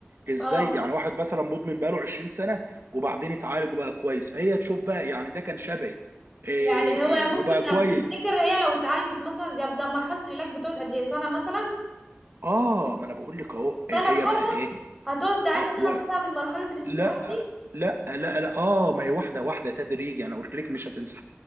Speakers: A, on the right (about 60°); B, in the centre.
A: ازاي
B: اه
A: يعني واحد مثلا مدمن بقاله 20 سنه وبعدين اتعالج وبقى كويس فهي تشوف بقى يعني ده كان شبهي إيه
B: يعني هو
A: إيه
B: ممكن
A: وبقى
B: طب
A: كويس
B: تفتكر هي لو اتعالجت مثلا ده ده مرحله العلاج بتقعد قد ايه سنه مثلا
A: اه ما انا بقول لك اهو إيه
B: سنه بحالها
A: هي بقى ايه
B: هتقعد تعاني
A: آه
B: سنه
A: و...
B: بحالها من مرحله الانسحاب
A: لا
B: دي
A: لا لا لا اه ما هي واحده واحده تدريجي انا قلت لك مش هتنسحب